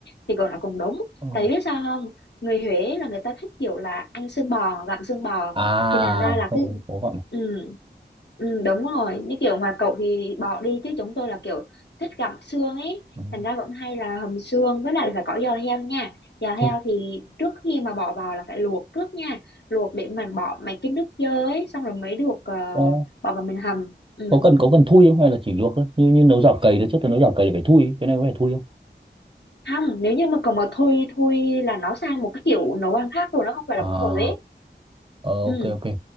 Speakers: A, on the left; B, on the right.
A: thì còn nó cũng đúng
B: Ờ,
A: tại vì biết sao không người Huế là người ta thích kiểu là ăn xương bò gặm xương bò
B: à,
A: thì thành ra là
B: không
A: cái
B: không có gọn.
A: ừ, Ừ, đúng rồi như kiểu ngoài cậu thì bỏ đi chứ chúng tôi là kiểu thích gặm xương ấy
B: Ờ,
A: thành ra vẫn hay là hầm xương với lại là phải có giò heo nha giò heo
B: Thế
A: thì trước khi mà bỏ vào là phải luộc trước nha luộc để mình bỏ mấy cái nước dơ ấy xong rồi mới được ờ,
B: có
A: bỏ vào mình hầm ừ.
B: có cần có cần thui không hay là chỉ luộc thôi? Như như nấu chảo cầy đấy trước tôi nấu chảo cầy là phải thui, cái này có phải thui không?
A: không nếu như mà còn mà thui thui là nó sang một cái kiểu nấu ăn khác rồi nó không phải
B: à,
A: là bún bò ấy
B: Ờ, ok
A: ừ.
B: ok